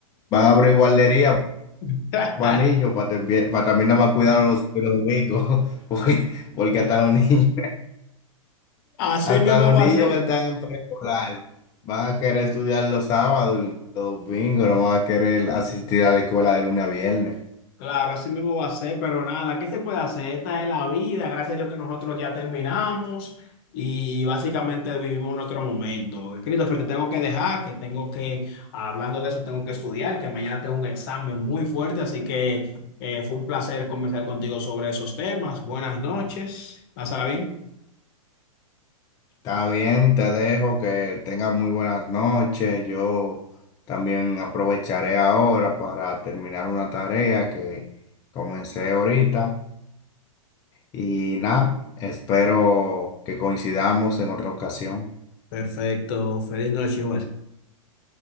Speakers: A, on the left (about 20°); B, on the left (about 45°).
A: van a abrir guardería
B: <laughs>
A: para niños, para también, para también nada más cuidar a los, los domingos, <laughs> porque, porque hasta los niños...
B: Así
A: Hasta
B: mismo
A: los
B: va
A: niños
B: a ser,
A: que están en preescolar van a querer estudiar los sábados y los domingos, no van a querer asistir a la escuela de lunes a viernes.
B: claro, así mismo va a ser, pero nada, ¿qué se puede hacer? Esta es la vida, gracias a Dios que nosotros ya terminamos y básicamente vivimos nuestro momento. Christopher, te tengo que dejar, que tengo que, hablando de eso, tengo que estudiar, que mañana tengo un examen muy fuerte, así que eh, fue un placer conversar contigo sobre esos temas. Buenas noches, pásala bien.
A: Está bien, te dejo que tengas muy buenas noches. Yo también aprovecharé ahora para terminar una tarea que comencé ahorita. Y nada, espero que coincidamos en otra ocasión.
B: Perfecto, feliz noche igual.